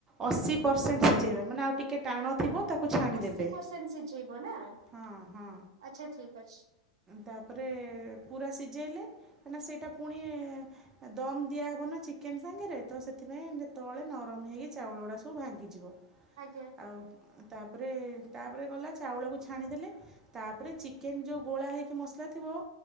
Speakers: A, on the right; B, on the right.
A: ଅଶୀ ପରସେଣ୍ଟ୍ ସିଝେଇବା, ମାନେ ଆଉ ଟିକେ ଟାଣ ଥିବ ତାକୁ ଛାଣିଦେବେ
B: ଅଶି ପରସେଣ୍ଟ୍ ସିଝେଇବ ନା?
A: ହଁ, ହଁ।
B: ଆଚ୍ଛା, ଠିକ୍ ଅଛି।
A: ତା ପରେ ପୁରା ସିଜେଇଲେ, ପୁଣି ସେଇଟା ପୁଣି ଦମ୍ ଦିଆହେବ ନା ଚିକେନ୍ ସାଙ୍ଗରେ ତ, ସେଥିପାଇଁ ତଳେ ନରମ ହେଇକି ଚାଉଳ ଗୁଡ଼ା ସବୁ ଭାଙ୍ଗିଯିବ।
B: ଆଜ୍ଞା।
A: ଆଉ ତାପରେ, ତାପରେ ଗଲା ଚାଉଳକୁ ଛାଣିଦେଲେ। ତାପରେ ଚିକେନ୍ ଯୋଉ ବୋଳା ହେଇକି ମସଲା ଥିବ